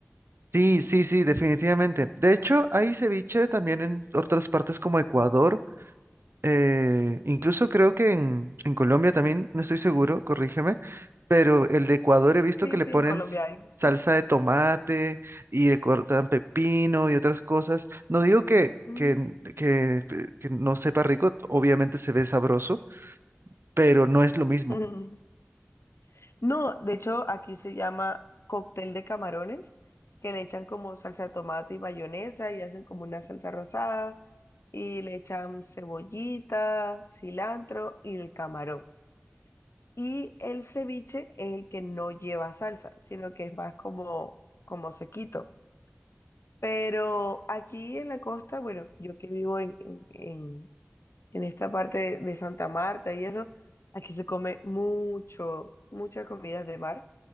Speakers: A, on the right (about 65°); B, on the left (about 85°).
A: Sí, sí, sí, definitivamente. De hecho, hay ceviche también en otras partes como Ecuador. eh, incluso creo que en, en Colombia también, no estoy seguro, corrígeme, pero el de Ecuador he visto
B: Sí,
A: que le
B: sí,
A: ponen
B: en Colombia
A: s-
B: hay.
A: salsa de tomate y le cortan pepino y otras cosas. No digo que,
B: Mm.
A: que, que, que no sepa rico, obviamente se ve sabroso, pero no es lo mismo.
B: <laughs> No, de hecho, aquí se llama cóctel de camarones, que le echan como salsa de tomate y mayonesa y hacen como una salsa rosada y le echan cebollita, cilantro y el camarón. Y el ceviche es el que no lleva salsa, sino que es más como, como sequito. Pero aquí en la costa, bueno, yo que vivo en, en, en- en esta parte de Santa Marta y eso, aquí se come mucho, muchas comidas de mar.